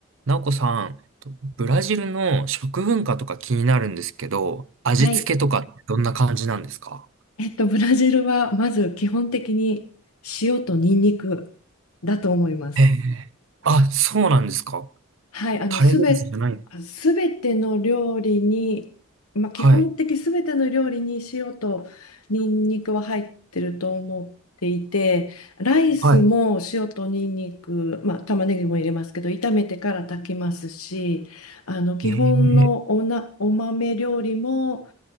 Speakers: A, on the right (about 60°); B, on the left (about 85°).
A: なおこさん、えっとブラジルの食文化とか気になるんですけど、味付けとかってどんな感じなんですか
B: はい。えっと、ブラジルはまず基本的に塩とニンニクだと思います。
A: へえ。あ、そうなんですか。
B: はい、あの、
A: タレベースじゃない。
B: すべ、あすべての料理に、まあ、基本的すべての料理に塩とニンニクは入ってると思っていて、
A: はい。
B: ライスも塩とニンニク、
A: はい。
B: まあ、玉ねぎも入れますけど、炒めてから炊きますし、あの、基本のおな、
A: ええ。
B: お豆料理も、